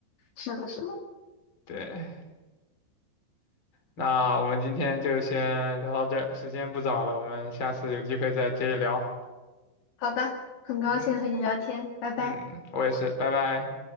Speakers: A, on the left; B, on the left.
A: 是的，是的。
B: 对。那我们今天就先聊到这儿，时间不早了，我们下次有机会再接着聊。
A: 好的，很高兴和你聊天，
B: 嗯
A: 拜拜。
B: 嗯，我也是，拜拜。